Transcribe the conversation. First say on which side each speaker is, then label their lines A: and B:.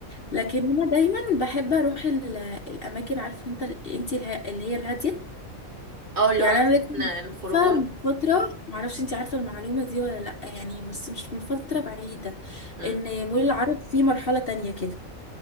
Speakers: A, on the left (about 45°); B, on the right (about 40°).
A: لكن انا دايما بحب اروح ال- الاماكن عارفه انت انت الها- اللي هي الهاديه
B: اه اللي
A: يعني
B: هو مثلا
A: انا لسه
B: الخروجات
A: مكتشفة من فتره معرفش انت عارفه المعلومه دي ولا لا يعني بس مش من فتره بعيده
B: مم.
A: ان مول العرب فيه مرحله تانية كده